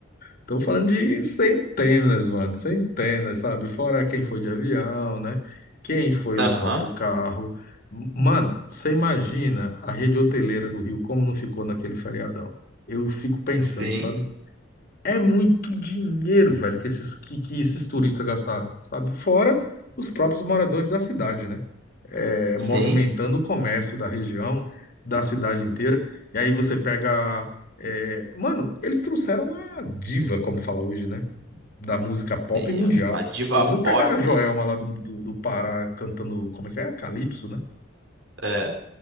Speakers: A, on the left (about 50°); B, on the right (about 65°).
A: Estou falando de centenas, mano, centenas, sabe? Fora quem foi de avião, né? Quem foi no
B: aham,
A: próprio carro. M- Mano, você imagina a rede hoteleira do Rio como não ficou naquele feriadão? Eu fico pensando,
B: sim,
A: sabe? É muito dinheiro, velho, que esses, que, que esses turistas gastaram, sabe? Fora os próprios moradores da cidade, né? É,
B: sim,
A: movimentando o comércio da região, da cidade inteira. E aí você pega. é, Mano, eles trouxeram a diva, como fala hoje, né? da música pop
B: sim.
A: mundial.
B: ó. A diva
A: Eles não pegaram
B: pop,
A: a Joelma lá do, do, do Pará cantando, como é que é? Calypso, né?
B: é,